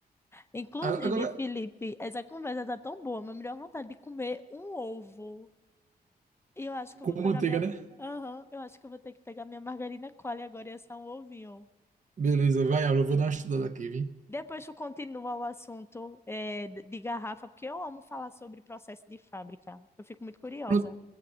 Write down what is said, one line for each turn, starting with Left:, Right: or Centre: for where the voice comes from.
Left: Inclusive,
Right: A- Agora,
Left: Felipe, essa conversa tá tão boa, mas me deu vontade de comer um ovo. E Eu acho que eu
Right: com
Left: vou pegar
Right: manteiga,
Left: minha.
Right: né?
Left: Aham, eu acho que eu vou ter que pegar minha margarina Qualy agora e assar um ovinho.
Right: Beleza, vai, Aura, eu vou dar uma estudada aqui, vi?
Left: Depois tu continua o assunto é, d- de garrafa, porque eu amo falar sobre processo de fábrica. Eu fico muito curiosa.
Right: Pronto,